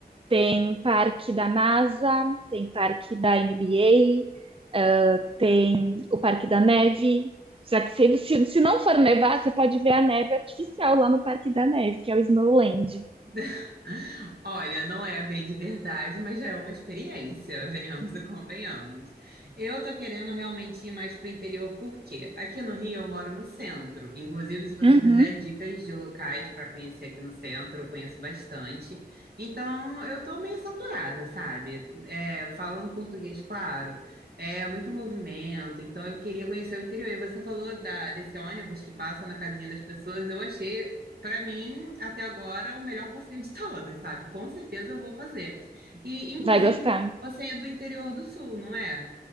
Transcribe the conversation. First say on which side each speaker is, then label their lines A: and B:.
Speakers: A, on the right (about 35°); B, on the right (about 65°).
A: Tem parque da NASA, tem parque da NBA, uh, tem o Parque da Neve. Já que se, se, se não for nevar, você pode ver a neve artificial lá no Parque da Neve, que é o Snowland.
B: <laughs> Olha, não é ver de verdade, mas já é uma experiência, <laughs> venhamos e convenhamos. Eu tô querendo realmente ir mais pro interior, por quê? Aqui no Rio eu moro no centro. Inclusive, se você
A: Uhum.
B: quiser dicas de locais para conhecer aqui no centro, eu conheço bastante. Então, eu tô meio saturada, sabe? É, falando português, claro. É muito movimento, então eu queria conhecer o interior. E você falou da, desse ônibus que passa na casinha das pessoas, eu achei para mim, até agora, o melhor passeio de todos, sabe? Com certeza eu vou fazer. E, inclusive,
A: Vai gostar.
B: você é do interior do sul, não é?